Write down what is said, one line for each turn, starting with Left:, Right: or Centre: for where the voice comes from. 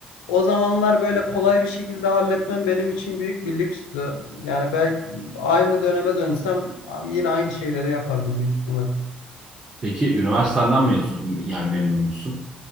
Left: o zamanlar böyle kolay bir şekilde halletmem benim için büyük bir lükstü. Yani belki aynı döneme dönsem yine aynı şeyleri yapardım büyük ihtimal.
Right: Peki üniversitenden mezun yani memnun musun?